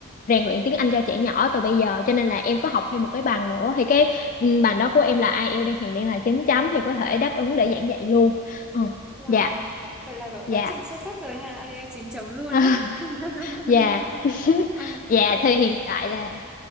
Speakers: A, on the left; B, in the centre.
A: rèn luyện tiếng Anh cho trẻ nhỏ từ bây giờ cho nên là em có học thêm một cái bằng nữa thì cái ừ, bằng đó của em là IELTS đang hiện đang là 9 chấm thì có thể đáp ứng để giảng dạy luôn. Ừ.
B: Wow,
A: Dạ,
B: vậy là cậu
A: dạ.
B: quá trình xuất sắc rồi ha, ai IELTS 9 chấm luôn
A: <laughs>
B: á. <laughs>
A: dạ. <laughs>
B: Ờ,
A: Dạ
B: thế
A: thì hiện tại là